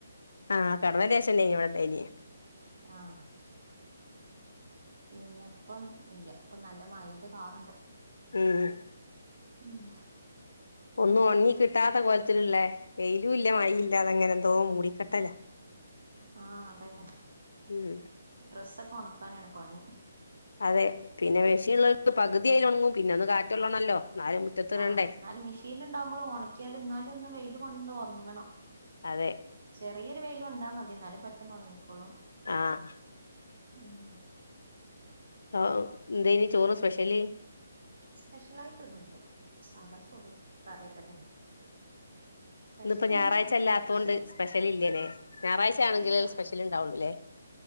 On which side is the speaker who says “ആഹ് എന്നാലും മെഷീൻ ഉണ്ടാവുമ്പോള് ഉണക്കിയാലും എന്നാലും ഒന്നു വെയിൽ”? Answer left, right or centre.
Right